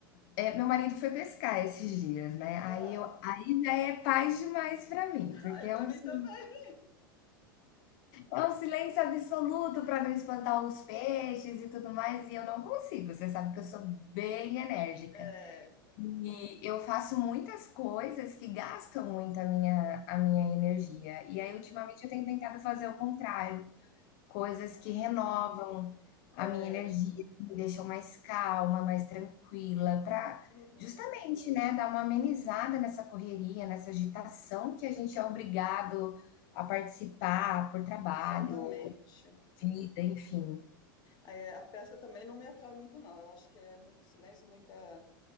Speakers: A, on the left (about 55°); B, on the left (about 35°).
A: é, meu marido foi pescar esses dias, né? Aí,
B: Ah,
A: eu, aí já é paz demais pra mim,
B: <laughs>
A: porque
B: é pra
A: é um,
B: mim
A: si-
B: também.
A: é um silêncio absoluto pra não espantar
B: Hum,
A: os peixes e tudo mais, e eu não consigo. Você sabe que eu sou bem enérgica.
B: é, é.
A: E eu faço muitas coisas que gastam muito a minha, a minha energia. E
B: Uhum.
A: aí, ultimamente, eu tenho tentado fazer o contrário. Coisas
B: Ah,
A: que renovam a
B: é.
A: minha energia, que me deixam mais calma, mais tranquila, para
B: Uhum.
A: justamente, né, dar uma amenizada nessa correria, nessa agitação que a gente é obrigado a participar por trabalho,
B: Exatamente.
A: vida, enfim.
B: É, a pesca também não me atrai muito, não. Eu acho que é muito silêncio, muita